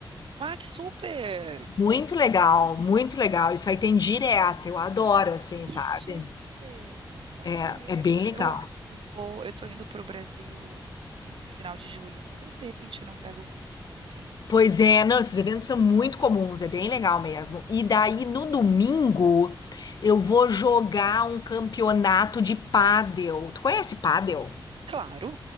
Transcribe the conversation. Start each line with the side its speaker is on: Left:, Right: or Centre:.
Right: Ah, que super!
Left: Muito legal, muito legal. Isso aí tem direto, eu adoro, assim,
Right: Que
Left: sabe?
Right: super! Bah,
Left: É,
Right: eu
Left: é
Right: queria.
Left: bem legal.
Right: Eu, eu vou, eu tô indo pro Brasil em final de julho. Vou ver se de repente eu não pego algum evento assim.
Left: Pois é, não, esses eventos são muito comuns, é bem legal mesmo. E daí no domingo eu vou jogar um campeonato de pádel. Tu conhece pádel?
Right: Claro!